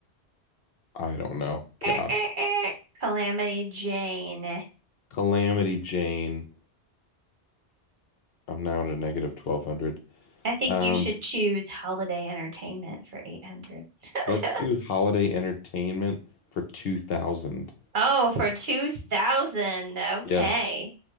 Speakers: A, on the left (about 65°); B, on the right (about 50°).
A: I don't know.
B: Eh,
A: Gosh.
B: eh, eh. Calamity Jane.
A: Calamity Jane I'm now at a negative 1200.
B: I think
A: Um,
B: you should choose Holiday Entertainment for 800. <laughs>
A: let's do holiday entertainment for 2000.
B: Oh, for 2000. Okay.
A: Yes,